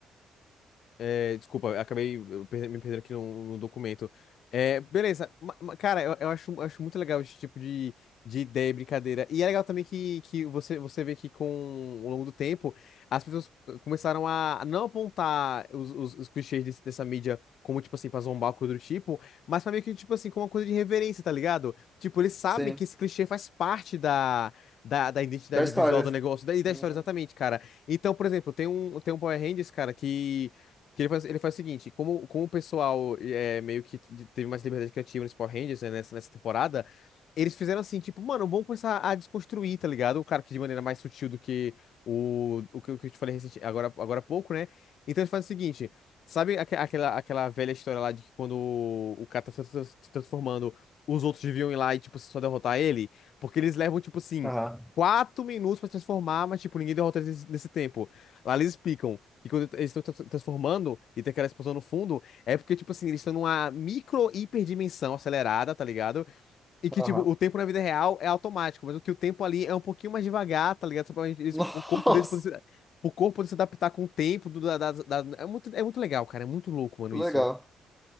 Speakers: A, on the left; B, in the centre.
A: É, desculpa, acabei eu perde- me perdendo aqui no, no documento. É, beleza. Ma- ma- Cara, eu, eu acho, acho muito legal esse tipo de, de ideia e brincadeira. E é legal também que, que você, você vê que com ao longo do tempo as pessoas eh, começaram a não apontar os, os, os clichês desse- dessa mídia como, tipo assim, pra zombar, coisa do tipo, mas pra meio que, tipo assim, como uma coisa de reverência, tá ligado? Tipo, eles sabem
B: Sim,
A: que esse clichê faz parte da, da, da identidade
B: da história.
A: visual do negócio da- e da
B: Uhum.
A: história, exatamente, cara. Então, por exemplo, tem um, tem um Power Rangers, cara, que. Que ele faz, ele faz o seguinte, como, como o pessoal é, meio que t- teve mais liberdade criativa nesse Power Rangers, né, nessa, nessa temporada, eles fizeram assim, tipo, mano, vamos começar a desconstruir, tá ligado? O cara que de maneira mais sutil do que o, o que o que eu te falei recente, agora, agora há pouco, né? Então eles fazem o seguinte, sabe aque- aquela, aquela velha história lá de que quando o cara tá se trans- se transformando, os outros deviam ir lá e, tipo, só derrotar ele? Porque eles levam, tipo assim,
B: Aham,
A: quatro minutos pra se transformar, mas, tipo, ninguém derrota eles nesse nesse tempo. Lá eles explicam que quando eles estão tra- transformando e tem aquela explosão no fundo, é porque, tipo assim, eles estão numa micro hiperdimensão acelerada, tá ligado? E que,
B: aham.
A: tipo, o tempo na vida real é automático, mas o que o tempo ali é um pouquinho mais devagar, tá ligado? Só pra eles,
B: <laughs>
A: o corpo
B: Nossa,
A: deles poder se, o corpo poder se adaptar com o tempo. Do, da, da- da- é muito, é muito legal, cara. É muito louco, mano,
B: legal.
A: isso.